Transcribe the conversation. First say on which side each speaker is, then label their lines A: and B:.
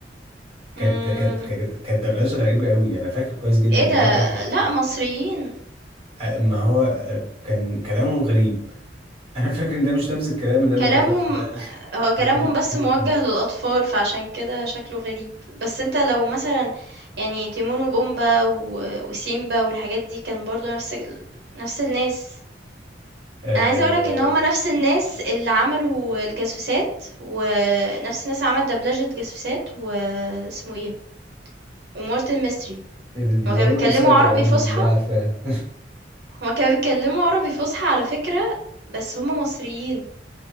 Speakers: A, on the right; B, on the right.
A: كانت
B: مم.
A: كانت كانت كانت دبلجة غريبة أوي أنا فاكر كويس جدا
B: ايه
A: لهجة
B: ده
A: كانت
B: لا مصريين
A: آه، ما هو آه، كان كلامه غريب <laughs> انا فاكر ان ده مش نفس الكلام اللي انا
B: كلامهم
A: كنت بسمع <laughs>
B: هو كلامهم بس
A: لي
B: موجه للأطفال فعشان كده شكله غريب بس انت لو مثلا يعني تيمون وبومبا و- وسيمبا والحاجات دي كان برضو نفس ال... نفس الناس
A: آه،
B: انا عايزة اقولك ان هما نفس الناس اللي عملوا الجاسوسات ونفس الناس اللي عملت دبلجة جاسوسات واسمه ايه ومورتن ميستري
A: ايه ده دي
B: هُم
A: معلومه
B: كانوا بيتكلّموا
A: انسايدر
B: عربي
A: قوي
B: فُصحى،
A: انت ازاي عارفاها <laughs>
B: هُم كانوا بيتكلّموا عربي فُصحى على فكرة، بس هُم مصريين، ما